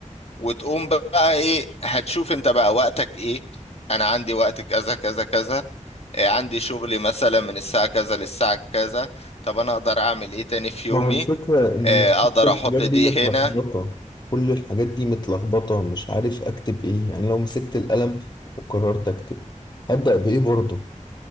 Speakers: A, on the left; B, on the left.
A: وتقوم بقى ايه هتشوف انت بقى وقتك ايه انا عندي وقت كذا كذا كذا إيه، عندي شغلي مثلا من الساعة كذا للساعة كذا طب انا اقدر اعمل ايه تاني في
B: ما
A: يومي
B: هو الفكرة إن
A: إيه، اقدر
B: كل الحاجات
A: احط
B: دي
A: دي
B: متلخبطة
A: هنا
B: كل الحاجات دي متلخبطة مش عارف أكتب إيه يعني لو مسكت القلم وقررت أكتب هبدأ بإيه برضه